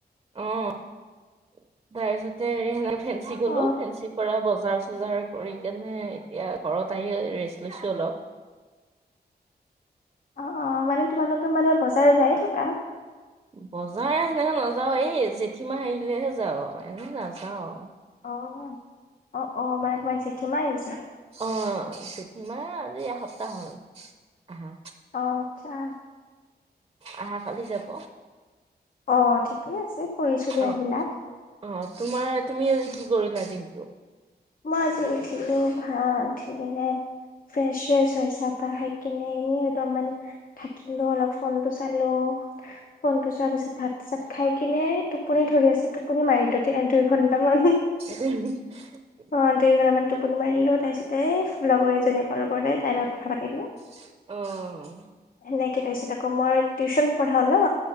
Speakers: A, on the right (about 25°); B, on the left (about 55°).
A: অঁহ', - তাৰপিছতে হেৰি সেই ফেঞ্চি গ'লো,
B: অ
A: ফেঞ্চিৰ পৰা বজাৰ। বজাৰ কৰি কেনে এতিয়া ঘৰত আহি ৰেষ্ট লৈছোঁ অলপ।
B: অঁহ', -অঁহ', - মানে তোমালোকে মানে বজাৰ যায়ে থাকা?
A: বজাৰ সেনেকে নাযাওঁ, এই জেঠীমাহ আহিলে'হে যাওঁ, এনেই নাযাওঁ।
B: অ', -অহ', - অহ', - মানে তোমাৰ জেঠীমা আহিছে?
A: অঁ', জেঠীমাহ আজি এসপ্তাহ হ'ল আহা।
B: অ' আচ্ছা।
A: অহাকালি যাব।
B: অ', ঠিকেই আছে। ফুৰি চুৰি
A: অহ',
B: আহিলা
A: -অঁহ', তোমাৰ, তুমি আজি কি কৰিলা দিনটো?
B: মই আজি উঠিলো, ভাল, উঠি পিনে- ফ্ৰেছ-ফ্ৰেছ, চাহ-তাহ খাই কিনে এনেই অলপমান- থাকিলো অলপ ফোনটো চালো। ফোনটো চোৱাৰ পিছত ভাত-চাত খাই কিনে টোপনি ধৰি আছিল। টোপনি মাৰিলো এক-দুই ঘন্টামান।
A: <unintelligible>
B: অ' দুইঘন্টামান টোপনি মাৰি দিলো তাৰ পিছতে এই লগৰ এজনীয়ে ক'ল কৰিলে তাইৰ লগত কথা পাতিলো।
A: অ'।
B: সেনেকে তাৰপিছত আকৌ মই টিউচন পঢ়াও ন?